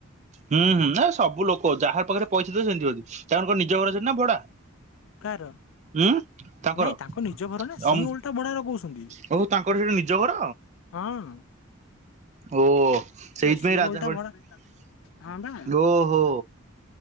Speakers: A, on the right; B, on the left.
A: ହୁଁ ହୁଁ ନା ସବୁ ଲୋକ ଯାହାର ପାଖରେ ପଇସା ତ ସେମିତି ହନ୍ତି। ତାଣଙ୍କ ନିଜ ଘରରେ ନା ଭଡା।
B: କାହାର?
A: ଉଁ ତାଙ୍କର
B: ନାଇଁ ତାଙ୍କ ନିଜ ଘର ନା ସି
A: ଅମ୍
B: ଓଲଟା ଭଡ଼ା ଲଗଉଛନ୍ତି।
A: ଓ ତାଙ୍କର ସେଠି ନିଜ ଘର
B: ହୁଁ।
A: ଓ ସେଇତ
B: ସିଏ
A: ପାଇଁ ରାଜା
B: ଓଲଟା
A: ଫ
B: ଭଡା ହଁ ବା
A: ଓହୋ।